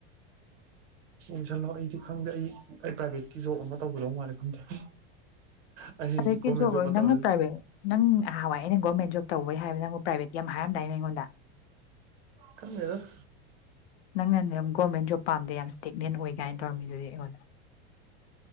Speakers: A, on the right; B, on the left.
A: ꯎꯁꯜꯂꯣ ꯑꯩꯗꯤ ꯈꯪꯗꯦ ꯑꯩ ꯑꯩ ꯄ꯭ꯔꯥꯏꯚꯦꯠꯀꯤ ꯖꯣꯕ ꯑꯃ ꯇꯧꯒꯗꯧ ꯃꯥꯜꯂꯦ ꯈꯪꯗꯦ ꯑꯩ
B: ꯄ꯭ꯔꯥꯏꯚꯦꯠꯀꯤ
A: ꯒꯣꯔꯃꯦꯟ
B: ꯖꯣꯕ
A: ꯖꯣꯕꯀ
B: ꯑꯣꯏ ꯅꯪꯅ
A: ꯇꯧꯔꯗꯤ
B: ꯄ꯭ꯔꯥꯏꯚꯦꯠ ꯅꯪ ꯅꯍꯥꯟꯋꯥꯏ ꯑꯩꯅ ꯒꯣꯔꯃꯦꯟ ꯖꯣꯕ ꯇꯧꯕꯩ ꯍꯥꯏꯕ ꯅꯪꯕꯨ ꯄ꯭ꯔꯥꯏꯚꯦꯠꯀꯤ ꯌꯥꯝ ꯍꯥꯏꯔꯝꯗꯥꯏꯅꯦ ꯑꯩꯉꯣꯟꯗ
A: ꯈꯪꯗꯔ꯭ꯦꯗꯥ꫰
B: ꯅꯪ ꯅꯅꯦ ꯌꯥꯝ ꯒꯤꯚꯦꯔꯃꯦꯟꯠ ꯖꯤꯕ ꯄꯥꯝꯗꯦ ꯌꯥꯝ ꯏꯁ꯭ꯇꯦꯛꯅꯦꯟ ꯑꯣꯏꯒꯥꯏꯅ ꯇꯧꯔꯃꯤꯅꯦ ꯑꯁꯨꯗꯤ ꯑꯩꯏꯪꯗ